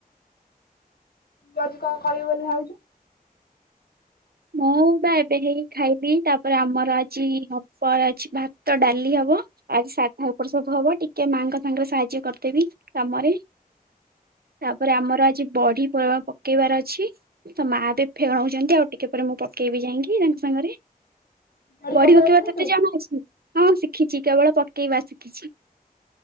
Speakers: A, on the left (about 90°); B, on the right (about 80°).
A: ତୁ ଆଜି କଣ କରିବୁ ବୋଲି ଭାବିଛୁ?
B: ମୁଁ ବା ଏବେ ହେଇ ଖାଇବି ତାପରେ ଆମର ଆଜି ହବ ଅଛି ଭାତ ଡାଲି ହବ ଆଜି ସାଧା ଉପର ସବୁ ହବ ଟିକେ ମାଙ୍କ ସାଙ୍ଗରେ ସାହାଯ୍ୟ କରିଦେବି କାମରେ। ତାପରେ ଆମର ଆଜି ବଢି ପକେଇବାର ଅଛି ତ ମା ଦେବ ଫେଣଉ ଛନ୍ତି ଆଉ ଟିକେ ପରେ ମୁଁ ପକେଇବି ଯାଇକି ତାଙ୍କ ସାଙ୍ଗରେ।
A: ଝାଡୁ
B: ବଢ଼ୀ
A: ପକେଇ
B: ପକେଇବା
A: ଆସି ନଥିବୁ
B: ତତେ ଜଣା ଅଛି? ହଁ ଶିଖିଛି କେବଳ ପକେଇବା ଶିଖିଛି